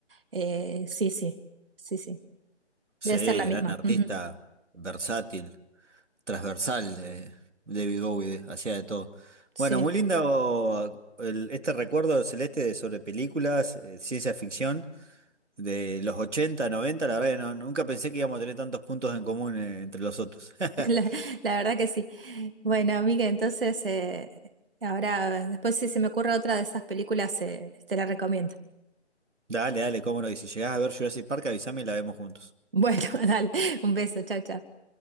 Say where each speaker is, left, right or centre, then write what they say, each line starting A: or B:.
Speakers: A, on the right; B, on the right.
A: Eh, sí, sí, sí, sí.
B: Sí,
A: Debe ser la misma.
B: gran artista,
A: Ujú,
B: versátil, transversal, eh, David Bowie, eh, hacía de todo.
A: Sí,
B: Bueno, muy lindo el- este recuerdo celeste de- sobre películas, eh, ciencia ficción, de los 80, 90. la verdad que no- nunca pensé que íbamos a tener tantos puntos en común, eh, entre los otros. <laughs>
A: <laughs> la, la verdad que sí. Bueno, amiga, entonces, eh, ahora, después si se me ocurre otra de esas películas, eh, te la recomiendo.
B: Dale, dale, cómo no, y si llegás a ver Jurassic Park, avísame y la vemos juntos.
A: Bueno, <laughs> dale, un beso, chao, chao.